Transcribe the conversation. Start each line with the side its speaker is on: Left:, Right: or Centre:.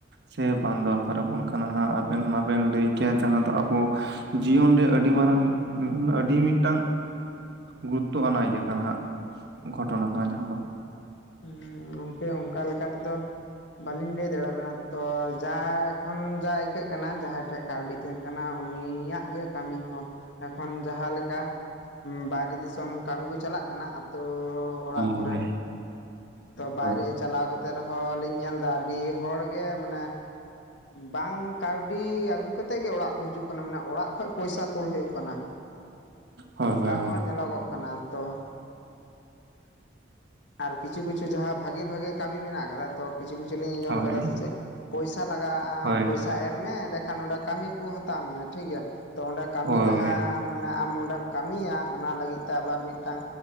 Right: ᱪᱮ ᱵᱟᱝ ᱫᱚᱨᱠᱟᱨᱟᱵᱚᱱ ᱠᱟᱱᱟᱸ ᱡᱟ, ᱸ ᱜ ᱟᱵᱮᱱ ᱢᱟ ᱵᱮᱱ ᱞᱟᱹᱭ ᱠᱮᱫ ᱡᱟᱦᱟᱸ ᱫᱚ ᱟᱵᱚ ᱡᱤᱭᱚᱱ ᱨᱮ ᱟᱹᱰᱤ ᱢᱟᱨᱟᱝ ᱟᱹᱰᱤ ᱢᱤᱫᱴᱟᱝ ᱜᱩᱨᱩᱛᱚ ᱟᱱᱟᱜ ᱤᱭᱟᱹ ᱠᱟᱱᱟ ᱜᱷᱚᱴᱚᱱᱟ ᱠᱟᱱᱟ ᱡᱟᱦᱟᱸ ᱫᱚ
Left: ᱦᱮᱸ ᱜᱚᱝᱠᱮ ᱚᱱᱠᱟ ᱞᱮᱠᱟ ᱛᱮᱫᱚ ᱵᱟᱹᱞᱤᱧ ᱞᱟᱹᱭ ᱫᱟᱲᱮ ᱟᱵᱤᱱᱟ ᱛᱚ ᱡᱟ ᱠᱷᱚᱱ ᱡᱟ ᱟᱹᱭᱠᱟᱹᱜ ᱠᱟᱱᱟ ᱡᱟᱦᱟᱸᱭ ᱴᱷᱮᱡ ᱠᱟᱹᱣᱰᱤ ᱛᱟᱦᱮᱱ ᱠᱟᱱᱟ ᱩᱱᱤᱭᱟᱜ ᱜᱮ ᱠᱟᱹᱢᱤ ᱦᱚᱸ ᱮᱠᱷᱚᱱ ᱡᱟᱦᱟᱸ ᱞᱮᱠᱟ ᱵᱟᱭᱨᱮ ᱫᱤᱥᱚᱢ ᱠᱟᱹᱢᱤ ᱠᱚ ᱪᱟᱞᱟᱜ ᱠᱟᱱᱟ ᱟᱹᱛᱩ ᱚᱲᱟᱜ
Right: ᱦᱳᱭ
Left: ᱠᱚᱨᱮᱱ ᱛᱚ ᱵᱟᱭᱨᱮ
Right: ᱦᱳᱭ
Left: ᱪᱟᱞᱟᱣ ᱠᱟᱛᱮ ᱨᱮᱦᱚᱸ ᱞᱤᱧ ᱧᱮᱞᱫᱟ ᱟᱹᱰᱤ ᱦᱚᱲ ᱜᱮ ᱜᱮ ᱢᱟᱱᱮ ᱵᱟᱝ ᱠᱟᱹᱣ ᱟᱹᱰᱤ ᱟᱹᱜᱩ ᱠᱟᱛᱮᱫ ᱜᱮ ᱚᱲᱟᱜ ᱠᱚ ᱦᱤᱡᱩᱜ ᱠᱟᱱᱟ ᱢᱟᱱᱮ ᱚᱲᱟᱜ ᱠᱷᱚᱡ ᱯᱚᱭᱥᱟ ᱠᱳᱞ ᱦᱩᱭᱩᱜ ᱠᱟᱱᱟ
Right: ᱦᱳᱭ
Left: ᱚᱱᱠᱟ
Right: ᱦᱳᱭ ᱦᱳᱭ
Left: ᱦᱚᱸ ᱧᱮᱞᱚᱜᱚᱜ ᱠᱟᱱᱟ ᱛᱚ ᱟᱨ ᱠᱤᱪᱷᱩ ᱠᱤᱪᱷᱩ ᱡᱟᱦᱟᱸ ᱵᱷᱟᱜᱤ ᱵᱷᱟᱜᱤ ᱠᱟᱹᱢᱤ ᱢᱮᱱᱟᱜ ᱟᱠᱟ ᱠᱟᱫᱟ ᱛᱚ ᱠᱤᱪᱷᱩ ᱠᱤᱪᱷᱩ ᱞᱤᱧ ᱟᱸᱡᱚᱢ
Right: ᱦᱳᱭ
Left: ᱠᱟᱫᱟ ᱥᱮ ᱪᱮᱫ ᱯᱚᱭᱥᱟ ᱞᱟᱜᱟᱜᱼᱟ
Right: ᱦᱳᱭ
Left: ᱯᱚᱭᱥᱟ ᱮᱢ ᱢᱮ ᱮᱸᱰᱮ ᱠᱷᱟᱱ ᱚᱸᱰᱮ ᱠᱟᱹᱢᱤ ᱠᱚ ᱦᱟᱛᱟᱣ ᱢᱮᱭᱟ ᱴᱷᱤᱠ ᱜᱮᱭᱟ ᱛᱚ ᱚᱸᱰᱮ ᱠᱟᱹᱢᱤ
Right: ᱦᱳᱭ
Left: ᱞᱟᱦᱟ ᱢᱟᱱᱮ ᱟᱢ ᱚᱸᱰᱮᱢ ᱠᱟᱹᱢᱤᱭᱟ ᱚᱱᱟ ᱞᱟᱹᱜᱤᱫ ᱛᱮ ᱟᱨ ᱢᱤᱫᱴᱟᱝ